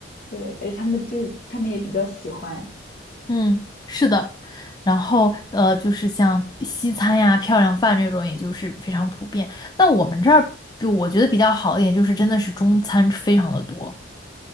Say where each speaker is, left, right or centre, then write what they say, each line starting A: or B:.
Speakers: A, on the left (about 50°); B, on the left (about 20°).
A: 对，而他们就是他们也比较喜欢。
B: 嗯，是的，然后呃，就是像西餐呀、漂亮饭这种，也就是非常普遍。但我们这儿，就我觉得比较好一点，就是真的是中餐非常的多，